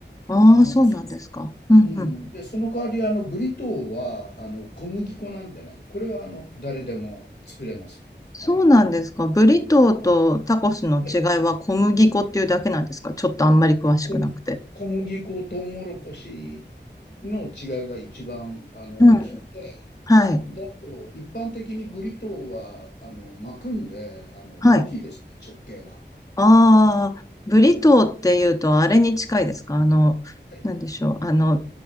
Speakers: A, on the left (about 20°); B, on the left (about 50°).
A: ああ、
B: あの、
A: そうなんですか。
B: そ
A: うんうん。
B: うん。で、その代わり、あの、ブリトーは、あの、小麦粉なんでね、これは、あの、誰でも作れますね。
A: そうなんですか。
B: はい。
A: ブリトーとタコスの違いは小麦粉っていうだけなんですかちょっとあんまり詳しくなくて。
B: はい。はい小、小麦粉、トウモロコシの違いが一番、あの、
A: うん。
B: 大きくて、
A: はい。
B: だと、一般的にブリトーは、あの、巻くんで、あの、
A: はい。
B: 大きいですね、直径が。
A: ああ、ブリトーっていうとあれに近いですかあの、
B: はい。はい。
A: なんでしょう。あの、